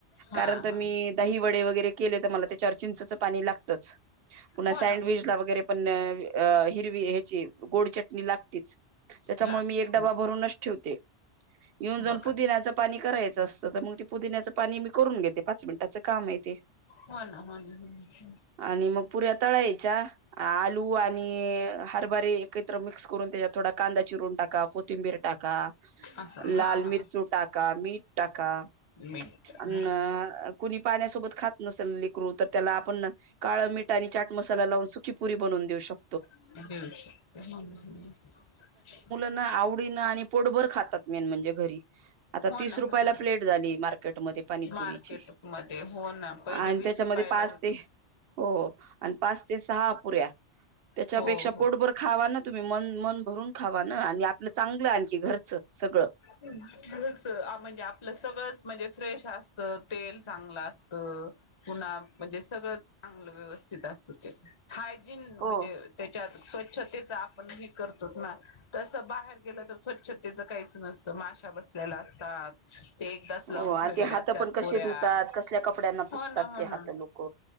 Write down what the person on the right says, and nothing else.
कारण तर
मी दही वडे वगैरे केले तर मला त्यच्यावर चिंचच पाणी लागत पुन्हा
सडविचला
वगैरे पण अ हिरवी ह्यची गोड चटणी लागतीच. त्याच्यामुळे
मी एक डबा भरूनच ठेवते. येऊन
जाऊन पुदिण्याचं पाणी करायचं असतं तर मग ते पुदिण्याचं पाणी मी करून घेते पाच मिनिटाचं काम आहे ते.
आणि मग पुऱ्या तळायच्या आलू आणि आणि हरभारी एकत्र मिक्स करून त्याच्यात थोडा कांदा चिरून टाका, कोथिंबीर टाका.
लाल
मिरची
टाका, मीठ टाका
अ
कुणी पाण्यासोबत खात नसेल लेकरू तर त्याला आपण काळं मीठ आणि चाट मसाला लावून सुखी पुरी बनून देऊ शक
नाही आवडी ना आणि पोटभर खातात मेन म्हणजे घरी. आता
तीस
रुपयाला
प्लेट झाली मार्केटमध्ये पाणीपुरीची.
<inaudible> आणि
त्याच्यामध्ये
पाच
ते हो, आणि पाच ते सहा अपुऱ्या त्याच्यापेक्षा
पोटभर खावा ना. तुम्ही मन, मन भरून खावा ना आणि आपलं चांगलं आणखी घरच सगळं.
हो
हो
आणि
ते हात
पण कसे
धुतात कसल्या कपड्यांना
पुसतात
ते
हात लोक.